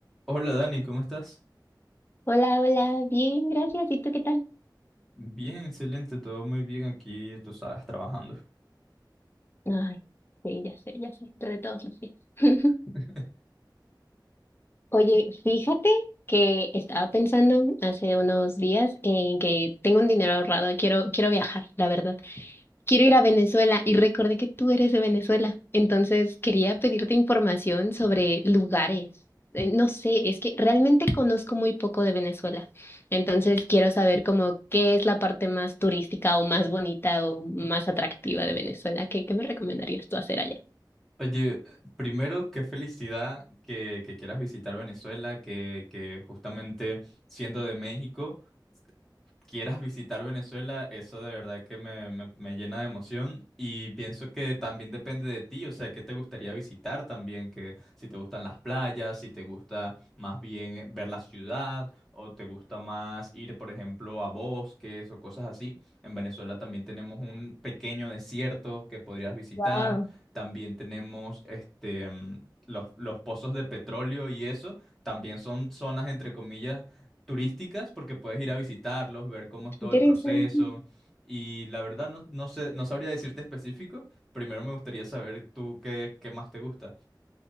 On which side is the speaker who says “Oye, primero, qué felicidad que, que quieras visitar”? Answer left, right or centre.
Centre